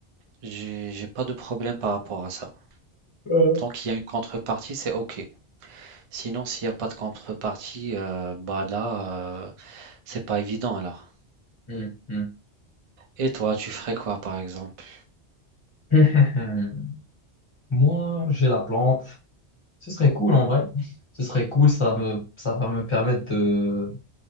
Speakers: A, on the right; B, on the left.
A: j'ai j'ai pas de problème par rapport à ça.
B: Euh,
A: Tant qu'il y a une contrepartie, c'est ok. Sinon, s'il n'y a pas de contrepartie, euh, bah là, euh, c'est pas évident alors.
B: Hmm, hmm.
A: Et toi, tu ferais quoi par exemple?
B: <laughs> Moi, j'ai la plante. Ce serait cool en vrai. Ce serait cool, ça me, ça va me permettre de.